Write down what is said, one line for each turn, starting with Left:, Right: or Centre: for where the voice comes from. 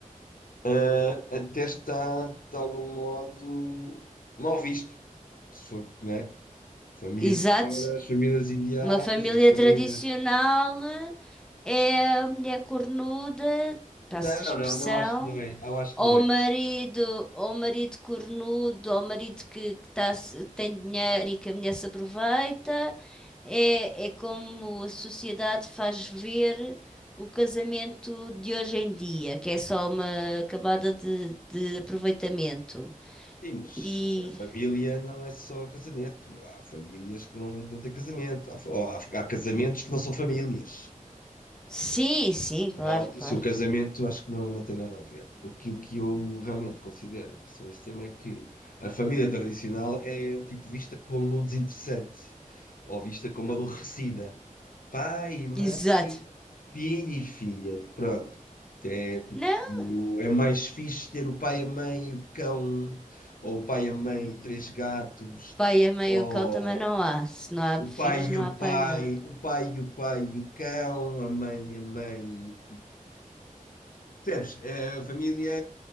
Left: eh, até está, de algum modo, mal visto. Se for, né? Família,
Centre: Exato.
Left: agora, as famílias ideais,
Centre: Uma família
Left: ou as famílias.
Centre: tradicional é a mulher cornuda,
Left: Não,
Centre: passa a expressão,
Left: não, não acho que não é. Eu acho
Centre: ou
Left: que não é.
Centre: o marido, ou o marido cornudo, ou o marido que, que tá se- que tem dinheiro e que a mulher se aproveita. É, é como a sociedade faz ver o casamento de hoje em dia, que é só uma camada de, de aproveitamento.
Left: Sim, mas
Centre: E
Left: a família não é só casamento. Há famílias que não, não têm casamento. Há, ou há há casamentos que não são famílias.
Centre: sim, sim, claro,
Left: Pronto,
Centre: claro.
Left: isso é o casamento acho que não, não tem nada a ver. O que, o que eu realmente considero em relação a esse tema é que a família tradicional é tipo vista como desinteressante ou vista como aborrecida. Pai, mãe,
Centre: Exato.
Left: filho e filha. Pronto. É, tipo,
Centre: Não.
Left: é mais fixe ter o pai, a mãe e o cão, ou o pai, a mãe e três gatos,
Centre: Pai e a meio
Left: ou
Centre: cão também não há. Se não há
Left: o
Centre: filhos,
Left: pai
Centre: não
Left: e o
Centre: há pai
Left: pai,
Centre: e mãe.
Left: o pai e o pai e o cão, a mãe e a mãe Percebes? É, A família